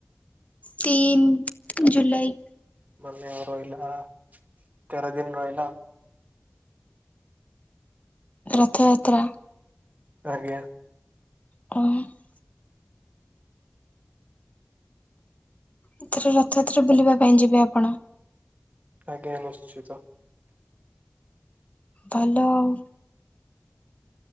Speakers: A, on the left; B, on the right.
A: ତିନି ଜୁଲାଇ।
B: ମନେ ଆଉ ରହିଲା ତେର ଦିନ ରହିଲା।
A: ରଥଯାତ୍ରା।
B: ଆଜ୍ଞା।
A: <unintelligible> ଏଥର ରଥଯାତ୍ରା ବୁଲିବା ପାଇଁ ଯିବେ ଆପଣ।
B: ଆଜ୍ଞା ନିଶ୍ଚିତ।
A: ଭଲ ଆଉ।